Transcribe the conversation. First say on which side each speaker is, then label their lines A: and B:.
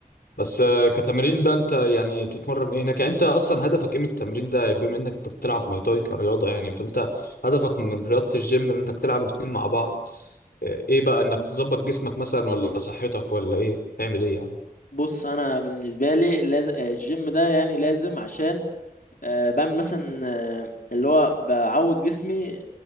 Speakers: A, on the left (about 85°); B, on the left (about 70°).
A: بس آه، كتمرين بقى انت يعني بتتمرن ايه هناك يعني انت اصلا هدفك ايه من التمرين ده يعني بما انك انت بتلعب ماي تاي كرياضه يعني فانت هدفك من رياضه الجيم ان انك تلعب الاتنين مع بعض آه، ايه بقى انك تظبط جسمك مثلا ولا صحتك ولا ايه تعمل ايه يعني
B: بص انا بالنسبة لي لازم آه، الجيم ده يعني لازم عشان آه بعمل مثلا آه اللي هو بعود جسمي